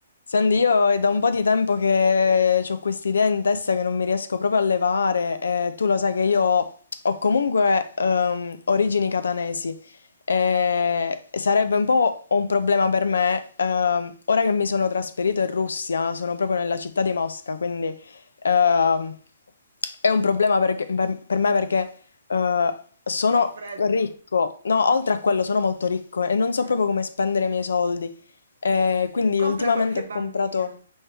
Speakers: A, on the left; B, on the right.
A: Senti, io è da un po' di tempo che ho quest'idea in testa che non mi riesco proprio a levare e tu lo sai che io ho comunque ehm, origini catanesi e sarebbe un po' un problema per me ehm, ora che mi sono trasferito in Russia, sono proprio nella città di Mosca, quindi ehm, è un problema perché- per, per me perché eh, sono
B: Fa freddo.
A: ricco, no, oltre a quello sono molto ricco e non so
B: Eh.
A: proprio come spendere i miei soldi. Eh, quindi
B: Compra
A: ultimamente
B: qualche
A: ho
B: bambino.
A: comprato...